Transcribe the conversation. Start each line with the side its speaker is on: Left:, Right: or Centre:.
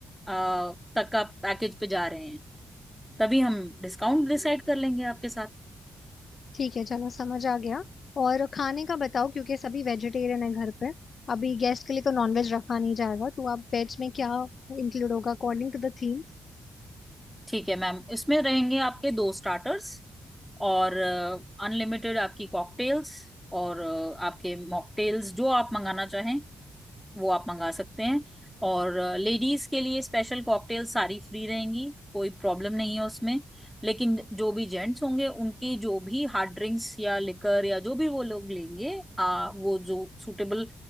Centre: अ, तक का पैकेज पे जा रहे हैं तभी हम डिस्काउंट डिसाइड कर लेंगे आपके साथ
Left: ठीक है चलो समझ आ गया और खाने का बताओ क्योंकि सभी वेजिटेरियन है घर पे अभी गेस्ट के लिए तो नॉनवेज रखा नहीं जाएगा तो आप वेज में क्या इंक्लूड होगा अकॉर्डिंग टू द थीम
Centre: ठीक है मैम इसमें रहेंगे आपके दो स्टार्टर्स और अनलिमिटेड आपकी कॉकटेल्स और अ, आपके मॉकटेल्स जो आप मंगाना चाहें वो आप मंगा सकते हैं और लेडीज के लिए स्पेशल कॉकटेल सारी फ्री रहेंगी कोई प्रॉब्लम नहीं है उसमें लेकिन जो भी जेंट्स होंगे उनकी जो भी हार्ड ड्रिंक्स या लिकर या जो भी वो लोग लेंगे आ, वो जो सूटेबल